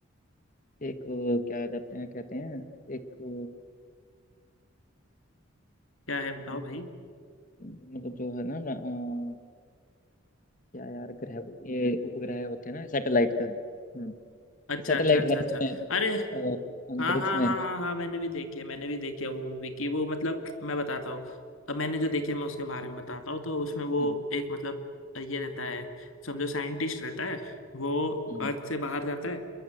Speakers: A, on the left; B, on the left.
A: एक अ, क्या कहते हैं कहते हैं एक
B: क्या है बताओ
A: अ,
B: भाई
A: मतलब जो है ना अ, क्या यार ग्रह ये उपग्रह होते हैं ना सैटेलाइट जो है हाँ। तो
B: अच्छा
A: सैटेलाइट
B: अच्छा अच्छा
A: है
B: अच्छा
A: इसमें
B: अरे
A: अ, अंतरिक्ष
B: हाँ हाँ
A: में
B: हाँ हाँ हाँ मैंने भी देखी है मैंने भी देखी है वो मूवी की वो मतलब मैं बताता हूँ अब मैंने जो देखी है मैं उसके बारे में बताता हूँ तो उसमें वो
A: हम्म
B: एक मतलब ये रहता है समझो साइंटिस्ट रहता है वो
A: हम्म
B: अर्थ से बाहर जाता है